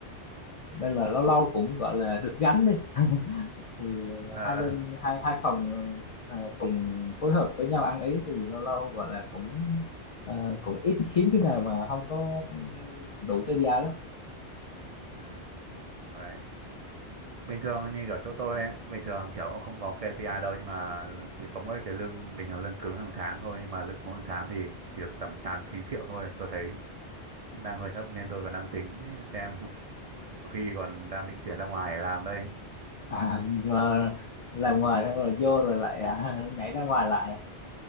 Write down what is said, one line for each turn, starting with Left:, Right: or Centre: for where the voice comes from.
Left: nên là lâu lâu cũng gọi là được gánh đi <laughs> thì ờ,
Right: Ờ,
Left: hai bên hai hai phòng ờ, cùng phối hợp với nhau ăn ý thì lâu lâu gọi là cũng à, cũng ít hiếm cái nào mà không có đủ KPI lắm
Right: ừ. Đấy. Bình thường như ở chỗ tôi ấy, bình thường kiểu ông không có KPI đâu nhưng mà chỉ có mỗi cái lương bình thường lương cứng hàng tháng thôi nhưng mà lương cứng hàng tháng thì cũng chỉ được tầm 8 9 triệu thôi. Tôi thấy cũng đang hơi thấp nên tôi còn đang tính xem <laughs> có khi còn đang định chuyển ra ngoài để làm đây.
Left: à, mà làm ngoài xong rồi vô rồi lại <laughs> nhảy ra ngoài lại